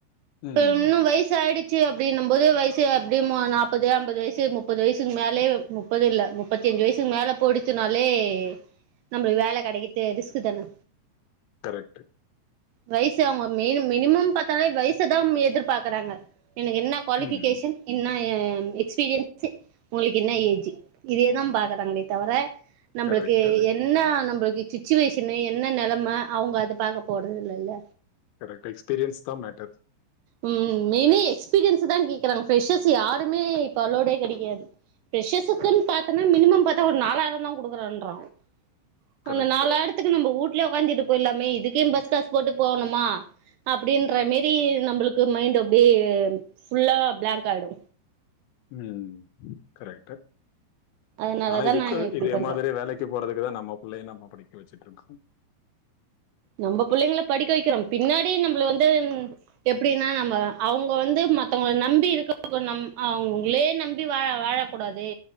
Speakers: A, on the left; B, on the right.
A: ம்.
B: இன்னும் வயச ஆயிடுச்சு அப்படின்னும் போது வயசு அப்படியே நாப்பது ஐம்பழ ஸ்ல தலது வயசு முப்பது வயசுக்கு மேலே முப்பது இல்ல முப்பத்திஞ்சு வயசுக்கு மேல போயிடிச்சினாலே நம்மளுக்கு வேலை கிடைக்கிறது ரிஸ்க் தானே
A: கரெக்ட்
B: வயிசு அவுங்க மின் மினிமம் பாத்தாலே வயசுதா எதிர்பாரக்குறாங்க எனக்கு என்ன குவாலிஃபிகேஷன்
A: ம்.
B: என்ன ஆ எக்ஸ்பீரியன்ஸி உங்களுக்கு என்ன ஏஜ்ஜி இதேதா பாக்கறாங்களே தவர நம்பளுக்கு
A: கரெக்ட்.
B: என்ன நம்பளுக்கு சுச்சுவேஷனு என்ன நெலைம அவங்க அத பாக்க போறதுல்லல்ல
A: கரெக்ட். எக்ஸ்பீரியன்ஸ் தான் மேட்டர்.
B: ம் மெனிஸ் எஸ்பீரியன்ஸ் தா கே்கறாங்க ஃப்ரஷர்ஸ் யாருமே இப்போ அலோவ்டே கெடையாது ஃப்ரெஷஸ்ர்க்குன்னு பாத்தன்னா மினிமம் பாத்தா ஒரு நாலாயிரந்தா குடுக்குறேன்றா சோ
A: கரெக்ட்.
B: அந்த நாலாயிரத்துக்கு நம்ப ஊட்லே உக்காந்திட்டு போய்ட்ல்லாமே இதுக்குனு பஸ் காஸ் போட்டு போணுமா அப்டின்ற மேரி நம்ழளுக்கு மைண்ட் அப்டியே ஃபுல்லா பிளாங்க் ஆயிடு
A: ம் கரெக்ட்டு
B: அதனாலதா
A: ஆனா இதுக்கு
B: நாங்க இப்டி
A: இதே
B: பண்றோ
A: மாதிரி வேலைக் கு போறதுக்கு தா நம்ம புள்ளைய நம்ம படிக்க வச்சுட்டு இருக்கோ
B: நம்ப புள்ளைங்கள படிக்க வக்கிறோ பின்னாடி நம்பள வந்து எப்டின்னா நம்ம அவுங்க வந்து மத்தவங்கள நம்பி இருக்கம் அவுங்களே நம்பி வாழ அவங்களே நம்பி வாழ வாழ கூடாது